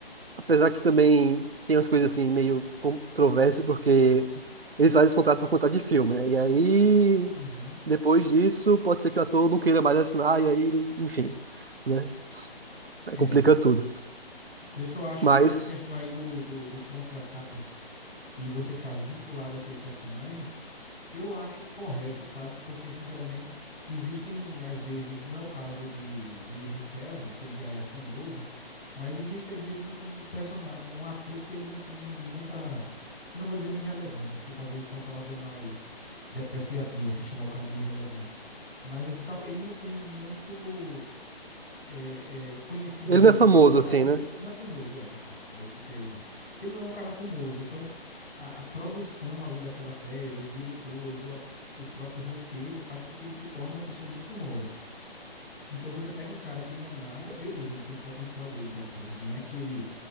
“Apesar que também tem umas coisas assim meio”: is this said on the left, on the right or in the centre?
Right